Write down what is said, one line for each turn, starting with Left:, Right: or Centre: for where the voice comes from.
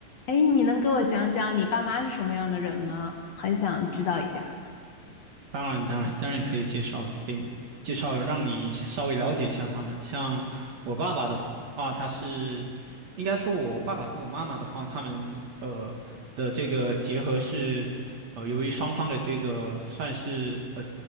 Left: 哎，你能给我讲讲你爸妈是什么样的人吗？很想知道一下。
Right: 当然，当然，当然可以介绍给你，介绍让你稍微了解一下他们。像我爸爸的话，他是应该说，我爸爸跟我妈妈的话，他们呃的这个结合是，呃，由于双方的这个算是呃